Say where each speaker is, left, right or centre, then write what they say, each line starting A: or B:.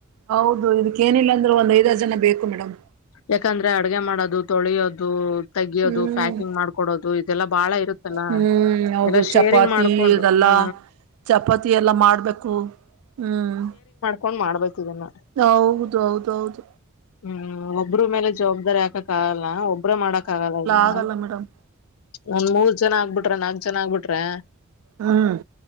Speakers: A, on the right (about 85°); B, on the left (about 75°).
A: ಹೌದು ಇದಕ್ಕ ಏನಿಲ್ಲ ಅಂದ್ರು ಒಂದ್ ಐದಾರು ಜನ ಬೇಕು ಮೇಡಮ್.
B: ಯಾಕಂದ್ರೆ ಅಡ್ಗೆ ಮಾಡದು, ತೊಳಿಯೋದು. ತೆಗಿಯೋದು,
A: ಹ್ಮ್
B: ಪ್ಯಾಕಿಂಗ್ ಮಾಡ್ಕೊಡೋದು, ಇದೆಲ್ಲಾ ಬಾಳ ಇರುತ್ತಲ್ಲ
A: ಹ್ಮ್ ಹೌದು
B: ಎಲ್ಲ ಶೇರಿಂಗ್
A: ಚಪಾತಿ
B: ಮಾಡ್ಕೊಂಡು
A: ಇದೆಲ್ಲ
B: ಹಾ
A: ಚಪಾತಿ ಎಲ್ಲ ಮಾಡ್ಬೇಕು, ಹ್ಮ್
B: ಕೊಂಡ್ ಮಾಡಬೇಕಿದುನ್ನ.
A: ಹೌದು ಹೌದೌದು.
B: ಹ್ಮ್ ಒಬ್ರು ಮೇಲೆ ಜವಾಬ್ದಾರಿ ಹಾಕಕ್ಕ ಆಗಲ್ಲ. ಒಬ್ರ ಮಾಡಕ್ ಆಗಲ್ಲ ಇದು,
A: ಆಗಲ್ಲ ಮೇಡಮ್
B: ಒಂದ್ ಮೂರ್ ಜನ ಆಗ್ಬಿಟ್ ಬಿಟ್ರ ನಾಕ್ ಜನ ಆಗ್ಬಿಟ್ರೆ
A: ಹ್ಮ್